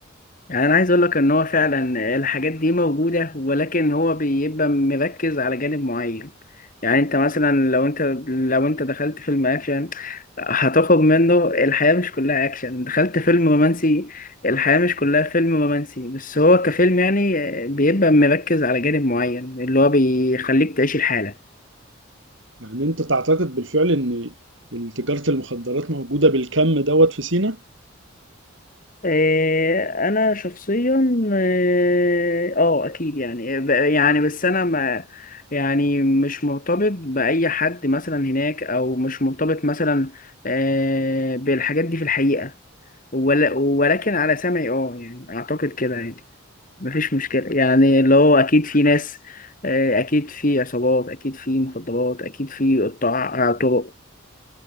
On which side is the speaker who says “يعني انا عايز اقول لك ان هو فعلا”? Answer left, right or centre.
Left